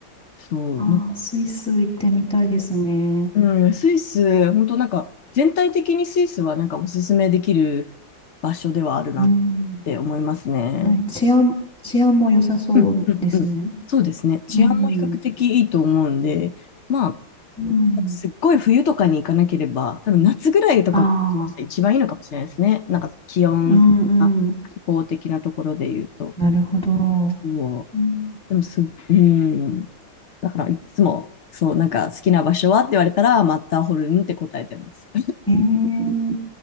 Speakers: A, on the left; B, in the centre.
A: そう、
B: あースイス行ってみたいですね。
A: なんか、うん、スイス、本当なんか、全体的にスイスはなんかおすすめできる場所ではあるなっ
B: うん。
A: て思いますね。
B: はい。治安、治安も良さそうですね。
A: うんうんうん。そうですね。治安も比較的いいと思うんで、
B: うん。
A: まあ、
B: うん。
A: すっごい冬とかに行かなければ、多分夏ぐらいとかが一番いいのかもしれないですね。
B: ああ。
A: なんか気温、
B: うんうん
A: あ気候的なところで言うと。
B: なるほど。
A: そう。
B: うん、
A: でもす、うん。だからいつも、そう、なんか好きな場所はって言われたら、マッターホルンって答えてます。
B: ええ